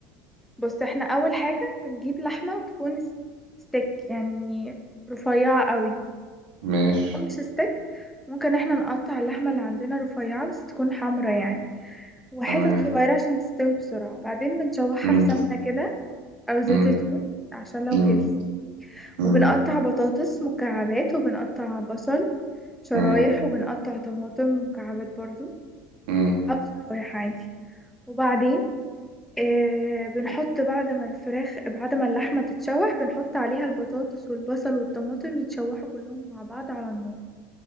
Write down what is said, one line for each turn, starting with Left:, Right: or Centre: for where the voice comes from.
Centre: بص احنا اول حاجة بنجيب لحمة وتكون س- ستيك يعني رفيعة قوي
Right: ماشي
Centre: او مش ستيك ممكن احنا نقطع اللحمة اللي عندنا رفيعة بس تكون حمرا يعني وحتت
Right: تمام
Centre: صغيرة عشان تستوي بسرعة وبعدين بنشوحها
Right: مم،
Centre: في سمنة كده او زيت
Right: مم،
Centre: زيتون عشان لو
Right: مم،
Centre: هيلث
Right: مم،
Centre: وبنقطع بطاطس مكعبات وبنقطع بصل شرايح
Right: مم،
Centre: وبنقطع طماطم مكعبات برضو
Right: مم.
Centre: او شرايح عادي وبعدين آه بنحط بعد ما الفراخ بعد ما اللحمة تتشوح بنحط عليها البطاطس والبصل والطماطم يتشوحوا كلهم مع بعض على النار